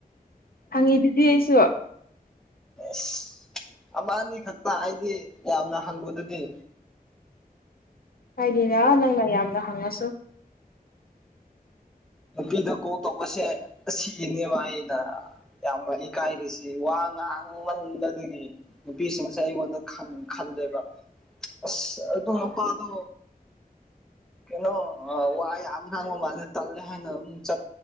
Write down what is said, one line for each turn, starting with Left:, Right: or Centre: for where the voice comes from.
Left: ꯍꯪꯉꯤꯗꯨꯗꯤ ꯑꯩꯁꯨ
Centre: ꯑꯁ ꯑꯃꯥ ꯑꯅꯤ ꯈꯛꯇ ꯑꯩꯗꯤ ꯌꯥꯝꯅ ꯍꯪꯕꯗꯨꯗꯤ
Left: ꯍꯥꯏꯗꯤꯅ ꯅꯪꯅ ꯌꯥꯝꯅ ꯍꯪꯉꯁꯨ
Centre: ꯅꯨꯄꯤꯗ ꯀꯣꯜ ꯇꯧꯕꯁꯦ ꯑꯁꯤꯅꯦꯕ ꯑꯩꯅ ꯌꯥꯝꯅ ꯏꯀꯥꯏꯔꯤꯁꯤ ꯋꯥ ꯉꯥꯡꯃꯟꯕꯗꯒꯤ ꯅꯨꯄꯤꯁꯤꯡꯁꯦ ꯑꯩꯉꯣꯟꯗ ꯈꯟ ꯈꯜꯂꯦꯕ ꯑꯁ ꯑꯗꯨ ꯅꯨꯄꯥꯗꯣ ꯀꯩꯅꯣ ꯋꯥꯥ ꯌꯥꯝ ꯉꯥꯡꯕ ꯃꯥꯜꯂꯦ ꯇꯜꯂꯦ ꯍꯥꯏꯅ <unintelligible> ꯆꯠ